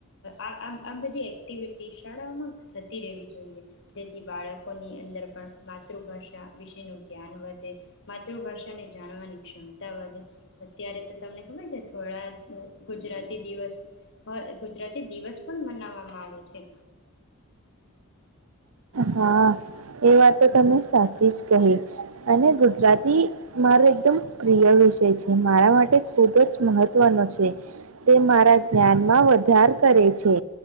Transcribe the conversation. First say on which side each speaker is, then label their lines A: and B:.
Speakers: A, on the left (about 60°); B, on the right (about 70°).
A: આ આ બધી એક્ટિવિટી શાળાઓમાં થતી રહેવી જોઈએ જેથી બાળકોની અંદર પણ માતૃભાષા વિશેનું જ્ઞાન વધે માતૃભાષાને જાણવાની ક્ષમતા વધે અત્યારે તો તમને ખબર છે થોડા ગુજરાતી દિવસ હોય ગુજરાતી દિવસ પણ મનાવવામાં આવે છે.
B: હા એ વાત તને સાચી જ કહે અને ગુજરાતી મારો એકદમ પ્રિય વિષય છે મારા માટે ખૂબ જ મહત્ત્વનો છે તે મારા જ્ઞાનમાં વધાર કરે છે